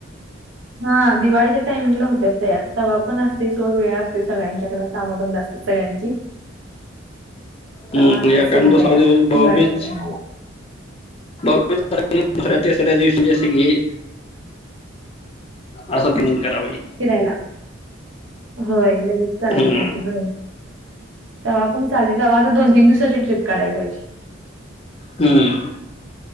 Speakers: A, on the right (about 75°); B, on the left (about 30°).
A: हा, दिवाळीच्या टायमिंगला होत्यात तयार. तवा पण असते सोड, वेळ असतोय सगळ्यांच्याकड, कामं बंद असतात. सगळ्यांची तवा
B: हम्म,
A: असतात
B: <unintelligible>
A: सगळे
B: दुसरा
A: तयार
B: दिवस भाऊबीज
A: दिवाळीच्या टायमाला
B: भाऊबीज झाली की दुसऱ्या, तिसऱ्या दिवशी जसे की <inaudible> असं <unintelligible> करावं
A: फिरायला, होय लगेच करायला
B: हम्म
A: पाहिजे, होय. तवा पण चालेल, तवा त दोन-तीन दिवसाची ट्रिप काढाय पाहिजे.
B: हम्म.